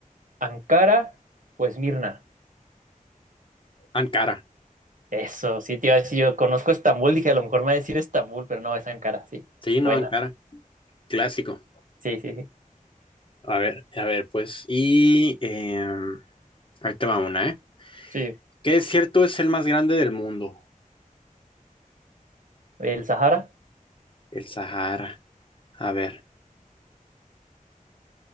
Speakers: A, on the right (about 65°); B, on the left (about 35°).
A: Ankara o Esmirna?
B: Ankara.
A: Eso, sí, te iba a decir, yo conozco Estambul, dije, a lo mejor me va a decir Estambul, pero no, es Ankara, sí.
B: Sí, no,
A: Buena,
B: Ankara. Clásico.
A: sí, sí, sí.
B: A ver, a ver, pues. Y eh, ahí te va una, ¿eh?
A: Sí,
B: ¿Qué desierto es el más grande del mundo?
A: ¿El Sahara?
B: El Sahara. A ver.